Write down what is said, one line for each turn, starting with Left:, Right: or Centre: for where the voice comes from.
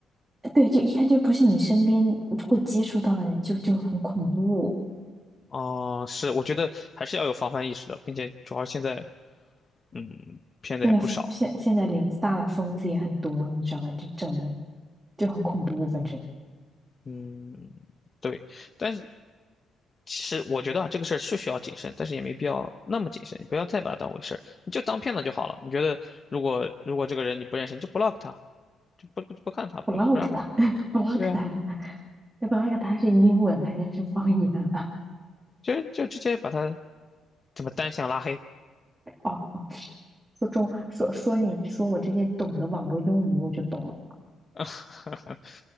Right: 呃对，就一看就不是你身边会接触到的人，就就很恐怖。
Left: 哦，是，我觉得还是要有防范意识的，并且主要现在，嗯，骗子也不少，
Right: 现在现现在林子大了，疯子也很多，你知道吧？就整的就很恐怖，反正
Left: 嗯，对。但是其实我觉得啊，这个事儿是需要谨慎，但是也没必要那么谨慎。你不要再把它当回事儿，你就当骗子就好了。你觉得如果如果这个人你不认识，你就 block 他，就不不不看他，不不让他。
Right: block 他 <laughs> block
Left: 对啊，
Right: 他，<laughs> block 他是英文还是是方言啊？
Left: 就就直接把他怎么单向拉黑。
Right: 哦，说中说说你说我这些懂的网络用语，我就懂了。
Left: <laughs>